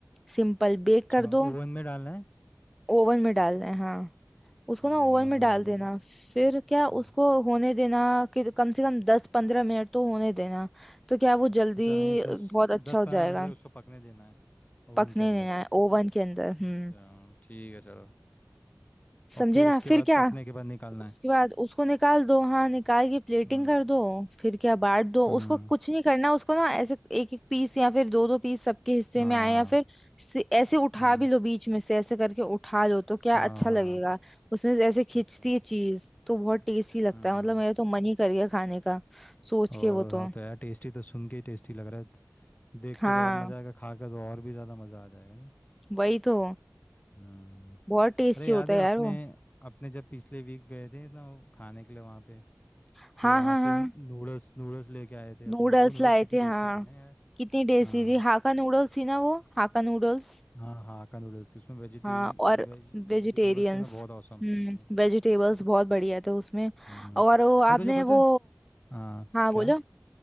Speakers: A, in the centre; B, on the left.
A: सिंपल बेक
B: अच्छा
A: कर दो
B: ओवन में डालना है
A: ओवन में डालना है हाँ उसको
B: ठीक
A: ना
B: है
A: ओवन
B: ओवन
A: में
B: में
A: डाल
B: डाल देंगे
A: देना फिर
B: हम्म
A: क्या उसको होने देना कि कम से कम दस पंद्रह मिनट तो होने देना तो क्या वो जल्दी
B: अच्छा नहीं दस
A: बहुत अच्छा
B: दस
A: हो
B: पंद्रह
A: जाएगा
B: मिनट तक उसको पकने देना है ओवन
A: पकने
B: के अंदर
A: देना है ओवन के अंदर
B: अच्छा
A: हम्म
B: ठीक है चलो और
A: समझे
B: फिर
A: ना
B: उसके
A: फिर
B: बाद
A: क्या
B: पकने के बाद निकालना
A: उसके
B: है
A: बाद उसको निकाल दो हाँ निकाल के प्लेटिंग
B: हम्म
A: कर दो फिर क्या बांट दो
B: हम्म
A: उसको कुछ नहीं करना उसको ना ऐसे एक एक पीस या फिर दो दो पीस सबके हिस्से
B: हाँ
A: में आए
B: हाँ
A: या फिर से- ऐसे उठा
B: हम्म
A: भी लो बीच में से ऐसे करके उठा लो तो क्या
B: हाँ
A: अच्छा लगेगा उसमें से ऐसे खिंचती
B: ओके
A: है चीज तो बहुत टेस्टी लगता
B: हम्म
A: है मतलब मेरा तो मन ही कर गया खाने का सोच
B: ओ
A: के वो तो
B: हाँ तो यार टेस्टी तो सुन के ही टेस्टी लग रहा है देख
A: हाँ
B: के तो और मज़ा आएगा खा के तो और भी ज़्यादा मज़ा आ जाएगा नहीं
A: वही तो
B: हम्म
A: बहुत टेस्टी
B: अरे याद
A: होता
B: है
A: है यार
B: अपने
A: वो
B: अपने जब पिछले वीक गए थे ना वो खाने के लिए वहाँ पे
A: हाँ
B: तो वहाँ
A: हाँ
B: से
A: हाँ
B: नूडल्स नूडल्स लेके आए थे अपने
A: नूडल्स
B: वो नूडल्स
A: लाए
B: कितनी
A: थे
B: टेस्टी
A: हाँ
B: थी ना यार
A: कितनी टेस्टी
B: हाँ
A: थी हाका नूडल्स थी ना वो हाका नूडल्स
B: हाँ हाँ का नूडल्स थी उसमें वेजिटे
A: हाँ और
B: वेज
A: वेजिटेरियंस
B: जो वेजिटेबल्स थे ना बहुत औसम
A: हम्म
B: थे उसमें
A: वेजिटेबल्स बहुत बढ़िया थे उसमें
B: हम्म
A: और वो
B: और
A: आपने
B: तुझे पता
A: वो
B: है आ,
A: हाँ
B: क्या
A: बोलो